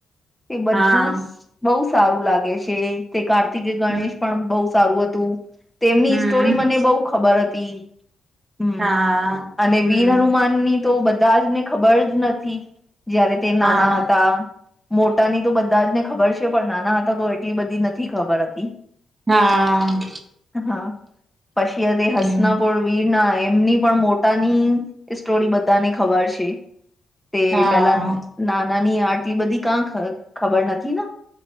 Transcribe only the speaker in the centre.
તે બધું
જ બહુ સારું લાગે છે તે કાર્તિકે ગણેશ
પણ બહ સારું હતું તેમની
સ્ટોરી મને બહુ ખબર હતી. હમ
અને
વીર હનુમાન ની તો બધા જ ને ખબર જ નથી જયારે તે નાના
હતા.? મોટાની તો બધા જને ખબર છે પણ નાના તો એટલી બધી નથી ખબર હતી
હા, પછી તે
હસનાપુર વીરના એમની પણ મો પોતાની સ્ટોરી બધાને ખબર છે તે
પેલા ના નાની આટલી બધી કાં ખબર નથીના